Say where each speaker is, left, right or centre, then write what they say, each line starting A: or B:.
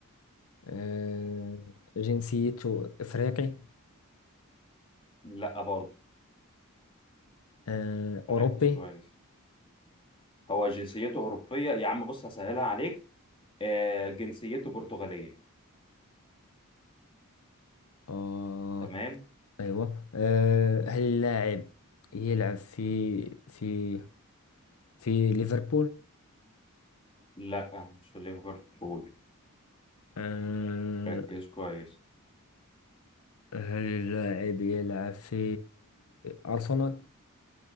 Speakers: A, on the left (about 80°); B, on the left (about 25°).
A: آه، جنسيته إفريقي
B: لا برضه
A: آه، أوروبي
B: ركز كويس هو جنسيته اوروبيه يا عم بص هسهلها عليك آه جنسيته برتغاليه
A: آه،
B: تمام
A: أيوة آه، هل اللاعب يلعب في في في ليفربول
B: لا مش في ليفربول
A: آه،
B: ركز كويس
A: هل اللاعب يلعب في أرسنال